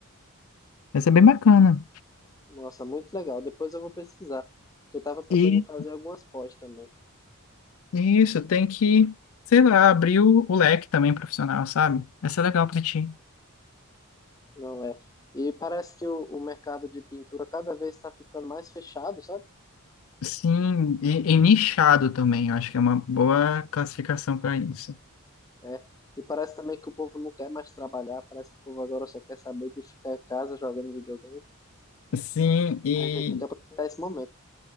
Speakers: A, on the left; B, on the left.
A: Mas é bem bacana.
B: Nossa, muito legal. Depois eu vou pesquisar, porque eu estava pensando
A: E
B: em fazer algumas pós também.
A: e isso, tem que, sei lá, abrir o, o leque também profissional, sabe? Vai ser legal para ti.
B: Não é? E parece que o, o mercado de pintura cada vez está ficando mais fechado, sabe?
A: Sim, e, e nichado também, eu acho que é uma boa classificação para isso.
B: É. E parece também que o povo não quer mais trabalhar, parece que o povo agora só quer saber de ficar em casa jogando videogame.
A: Sim, e
B: A gente tem que aproveitar esse momento.